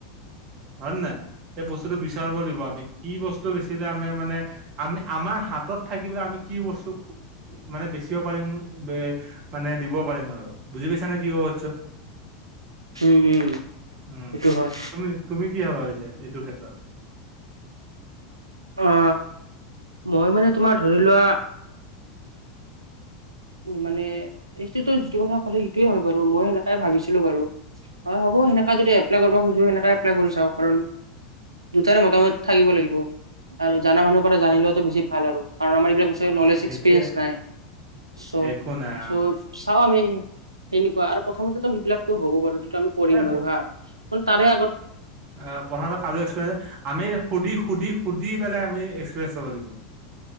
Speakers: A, on the right; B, on the right.
A: হয়নে নহয়, হেই বস্তুটো বিচা চ <unintelligible> লাগিব, আমি কি বস্তু বেচিলে আমাৰ মানে আমি আমাৰ হাতত থাকিবলৈ আমি কি বস্তু মানে বেচিব পাৰিম বে মানে দিব পাৰিম আৰু, বুজি পাইছা নে কি কব খুজিছোঁ?
B: উম- উম।
A: উম,
B: সেইটো হয়
A: তুমি, তুমি কি ভাবা পিছে এইটো ক্ষেত্ৰত?
B: অ, মই মানে তোমাৰ ধৰি লোৱা উ, মানে এই যিটো কথা কলি সেইটোয়ে হয় বাৰু, মই সেনে এ ভাবিছিলোঁ বাৰু, হয় হ'ব সেনেকা যদি এপ এপ্লাই কৰিব খোজোঁ সেনেকে এপ্লাই কৰি চাওঁ কাৰণ, দুটাৰে মোটামুট থাকিব লাগিব। আৰু জানা মানুহৰ পৰা জনী লোৱাতো বেছি ভাল আৰু, কাৰণ আমাৰ এইবিলাক
A: অ
B: নলেজ
A: সেইটোৱে
B: এক্সপেৰিয়েন্ঞ্চ নাই। চ
A: একো নাই
B: <unintelligible> চাও আমি সেনেকুৱা আৰু প্ৰথমতেতো সেইবিলাকতো হ'ব বাৰু সেইটোটো আমি কৰিম
A: এ
B: বাৰু হা, কিন্তু তাৰে আগত
A: অ, প্ৰথমতে কাজ <unintelligible> এক্সপৰিয়েঞ্চ আমি সুধি-সুধি-সুধি পেলাই আমি এক্সপিৰিয়েঞ্চ লব লাগিব।